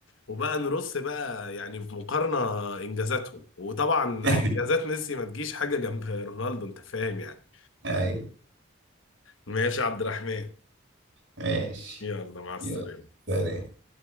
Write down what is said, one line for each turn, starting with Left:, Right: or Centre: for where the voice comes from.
Left: وبقى نرص بقى يعني في مقارنة انجازاتهم وطبعا
Right: <laughs>
Left: انجازات ميسي ما تجيش حاجة جنب رونالدو انت فاهم يعني
Right: ايوه
Left: ماشي يا عبد الرحمن
Right: ماشي
Left: يلا مع السلامة
Right: يلا سلام